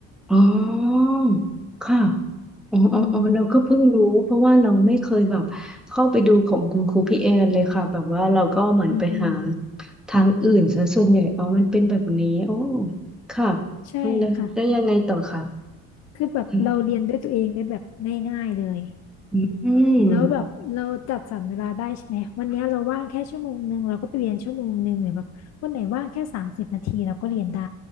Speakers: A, in the centre; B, on the left.
A: อ๋อค่ะอ๋ออ๋ออ๋อเราก็เพิ่งรู้เพราะว่าเราไม่เคยแบบเข้าไปดูของคุณครูพี่แอนเลยค่ะ
B: อืม
A: แบบว่าเราก็เหมือนไปหา
B: อืมอืม
A: ทางอื่นซะส่วนใหญ่อ๋อมันเป็นแบบนี้โอ้ค่ะ
B: ใช่ค่ะ
A: แล้วแล้วยังไงต่อคะ
B: คือแบบเราเรียนด้วยตัวเองได้แบบง่ายๆเลย
A: อืมอม
B: แล้วแบบเราจัดสรรเวลาได้ใช่ไหมวันเนี้ยเราว่างแค่ชั่วโมงหนึ่งเราก็ไปเรียนชั่วโมงหนึ่งหรือแบบวันไหนว่างแค่สามสิบนาทีเราก็เรียนได้